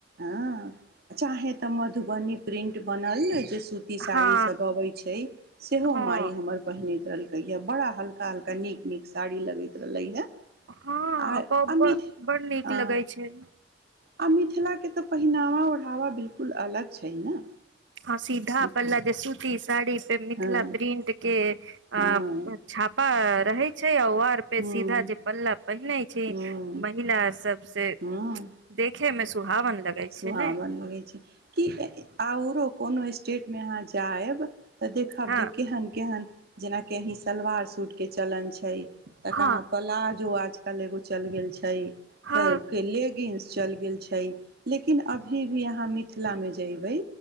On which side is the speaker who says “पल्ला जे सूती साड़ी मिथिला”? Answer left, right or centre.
Right